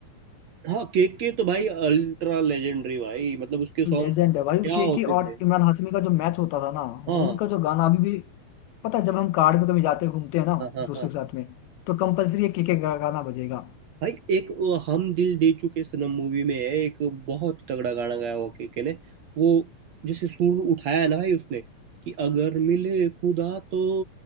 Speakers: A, on the right; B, on the left.
A: हाँ केक के तो भाई अल्ट्रा लेजेंडरी भाई मतलब उसके सॉन्ग
B: लेजेंड है भाई
A: क्या
B: केके
A: होते
B: और
A: थे
B: इमरान हाशमी का जो मैच होता था ना वो
A: हाँ
B: उनका जो गाना अभी भी पता है जब हम कार में कभी जाते हैं घूमते हैं ना
A: हाँ हाँ
B: दोस्तों
A: हाँ
B: के साथ में तो कंपलसरी ये केके का गाना बजेगा
A: भाई एक वो हम दिल दे चुके सनम मूवी में है एक बहुत तगड़ा गाना गाया हुआ केके ने वो जैसे सुर उठाया है ना भाई उसने कि अगर मिले खुदा तो